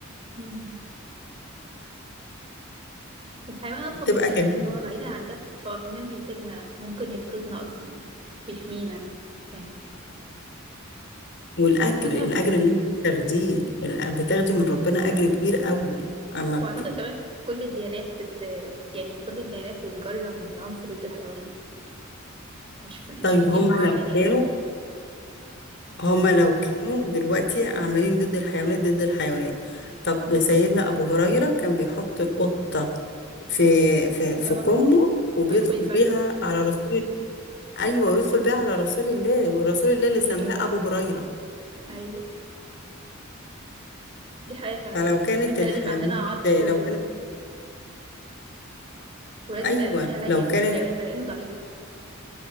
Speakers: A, on the right; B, on the left.
A: مم. الحيوان أصلا
B: بتبقى
A: مفيد
B: جميله
A: يعني هو بعيدا عن ده هو كمان بيفيدنا ممكن ينقذنا أصلا بيحمينا يعني
B: والاجر
A: وجودها
B: الاجر
A: مهم
B: اللي انت بتاخديه ال- بتاخدي من ربنا اجر
A: طبعا
B: كبير قوي اما بت...
A: وأعتقد كمان كل الديانات بت يعني كل الديانات بتجرم العنف ضد الحيوانات مش في... مش
B: طيب
A: في دين
B: هما
A: معين
B: لو
A: يعني
B: كانوا هما لو كانوا دلوقتي عاملين ضد الحيوانات ضد الحيوانات طب سيدنا أبو هريرة كان بيحط القطة في في في
A: اه
B: كمه وبيدخل
A: ويدخل يصلي
B: بيها على رسول أيوة ويدخل بيها على رسول الله ورسول الله اللي سماه
A: الجامع
B: أبو هريرة
A: أيوة دي حقيقة فعلا
B: فلو كانت
A: يعني احنا
B: الحيوانات
A: لازم يبقى عندنا عطف و...
B: لو كانت
A: ولازم
B: أيوة
A: يبقى قلبنا لين
B: لو كانت
A: للحيوان ده لأنه ضعيف